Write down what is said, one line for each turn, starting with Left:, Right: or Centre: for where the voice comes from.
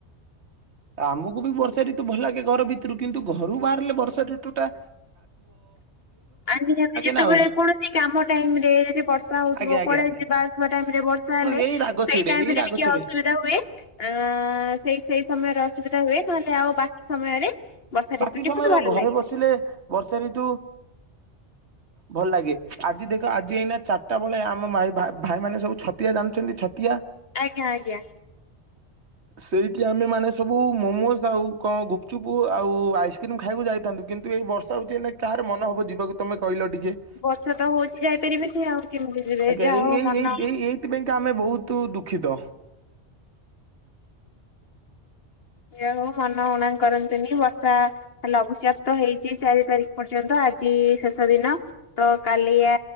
Right: ଆମକୁ ବି ବର୍ଷା ଋତୁ ଭଲ ଲାଗେ ଘର ଭିତରୁ କିନ୍ତୁ ଘରୁ ବାହାରିଲେ ବର୍ଷା ଋତୁଟା
Left: ଆମ ଯେତେବେଳେ
Right: ନା ଆଉ
Left: କୌଣସି କାମ ଟାଇମ ରେ ଯି ବର୍ଷା ହଉଥିବ
Right: ଆଜ୍ଞା ଆଜ୍ଞା
Left: କୁଡେ
Right: ଆଜ୍ଞା
Left: ଯିବା ଆସିବା ଟାଇମ୍ ବର୍ଷା
Right: ହଁ
Left: ହେଲେ
Right: ଏଇ ରାଗ
Left: ସେଇ
Right: ଛିଡେ
Left: ଟାଇମରେ
Right: ଏଇ ରାଗ
Left: ଟିକେ
Right: ଛିଡେ।
Left: ଅସୁବିଧା ହୁଏ। ଏଁ ଏଁ ସେ ସେଇ ସମୟରେ ଅସ ସେଇଟା ହୁଏ ନ ହେଲେ ଆଉ ବାକି ସମୟରେ ବର୍ଷା
Right: ବାକି
Left: ଋତୁଟି
Right: ସମୟରେ
Left: ମତେ ଭଲ
Right: ଘରେ
Left: ଲାଗେ
Right: ବସିଲେ ବର୍ଷା ଋତୁ
Left: <inaudible>
Right: ଭଲ ଲାଗେ ଆଜି ଦେଖ ଆଜି ଏଇନା ଚାରିଟା ବେଳେ ଆମ ଭାଇ ଭାଇ ଭାଇମାନେ ସବୁ ଛତିଆ ଜାଣିଛନ୍ତି ଛତିଆ
Left: ଆଜ୍ଞା ଆଜ୍ଞା।
Right: ସେଇଠି ଆମେମାନେ ସବୁ ମୋମୋଜ ଆଉ କଣ ଗୁପଚୁପୁ ଆଉ ଆଇସ୍କ୍ରିମ୍ ଖାଇବାକୁ ଯାଇଥାନ୍ତୁ କିନ୍ତୁ ଏଇ ବର୍ଷା ହଉଛି ଏଇନେ କାହାର ମନ ହବ ଯିବାକୁ ତମେ କହିଲ ଟିକ କେ
Left: ବର୍ଷା ତ ହଉଛି ଯାଇପାରିବିନି ଆଉ କେମିତି ଯିବେ
Right: ଆଜ୍ଞା
Left: ଯାହା
Right: ଏଇ
Left: ହଉ
Right: ଏଇ
Left: ମନ
Right: ଏଇ ଥି ଏଇ ଏଇଥିପାଇଁକା ଆମେ ବହୁତ ତୁ ଦୁଃଖିତ।
Left: ଏହା ନୁହଁ ମନ ଉଣା କରନ୍ତୁନି ବର୍ଷା ଲଘୁଚାପ ତ ହେଇଛି ଚାରି ତାରିକ ପର୍ଯ୍ୟନ୍ତ ଆ ଆଜି ଶେଷ ଦିନ ତ କାଲିଆ